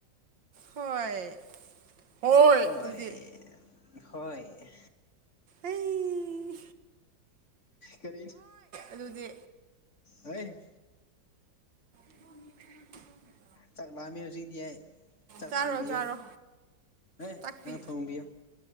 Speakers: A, on the right (about 80°); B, on the left (about 40°).
A: ꯍꯣꯏ ꯍꯣꯏ
B: ꯍꯣꯏ-ꯍꯣꯏ
A: ꯑꯗꯨꯗꯤ ꯑꯩꯩ
B: ꯀꯔꯤꯅꯣ
A: ꯑꯗꯨꯗꯤ
B: ꯍꯣꯏ
A: <unintelligible>
B: ꯆꯥꯛ ꯂꯥꯝꯃꯦ ꯍꯧꯖꯤꯛꯇꯤ ꯑꯩ ꯆꯥꯛ
A: ꯆꯥꯔꯣ
B: ꯊꯣꯡꯕꯤꯌꯣ
A: ꯆꯥꯔꯣ
B: ꯑꯦ
A: ꯇꯥꯛꯄꯤ
B: ꯅꯪꯅ ꯊꯣꯡꯕꯤꯌꯣ